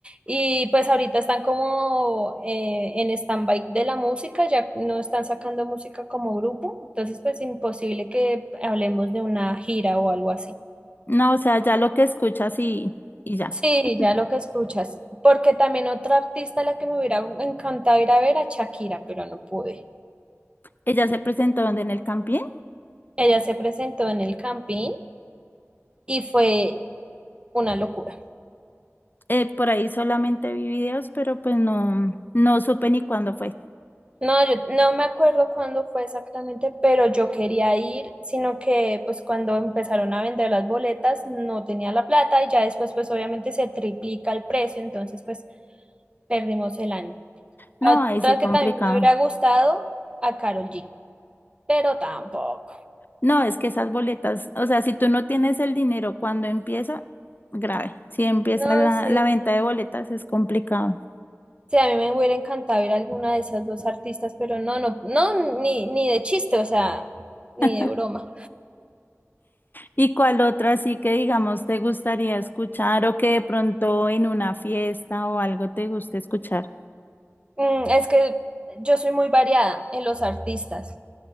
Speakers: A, on the right; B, on the left.
A: Y pues ahorita están como eh, en stand-by de la música, ya no están sacando música como grupo, entonces pues imposible que hablemos de una gira o algo así.
B: No, o sea, ya lo que escuchas y, y ya.
A: Sí,
B: <laughs>
A: ya lo que escuchas, porque también otra artista a la que me hubiera encantado ir a ver a Shakira, pero no pude.
B: Ella se presentó donde en el Campín.
A: Ella se presentó en el Campín y fue una locura.
B: eh, por ahí solamente vi videos, pero pues no, no supe ni cuándo fue.
A: No, yo no me acuerdo cuándo fue exactamente, pero yo quería ir, sino que pues cuando empezaron a vender las boletas no tenía la plata y ya después pues obviamente se triplica el precio, entonces pues perdimos el año.
B: No,
A: Otra
B: ahí sí complicado.
A: que también me hubiera gustado, a Carol G, pero tampoco.
B: No, es que esas boletas, o sea, si tú no tienes el dinero cuando empieza, Grave. Si empieza
A: No,
B: la,
A: sí.
B: la venta de boletas es complicado.
A: Sí, a mí me hubiera encantado ir a alguna de esas dos artistas, pero no, no, no, ni, ni de chiste, o sea, ni
B: <laughs>
A: de broma.
B: ¿Y cuál otra así que digamos te gustaría escuchar o que de pronto en una fiesta o algo te guste escuchar?
A: Mm, es que yo soy muy variada en los artistas.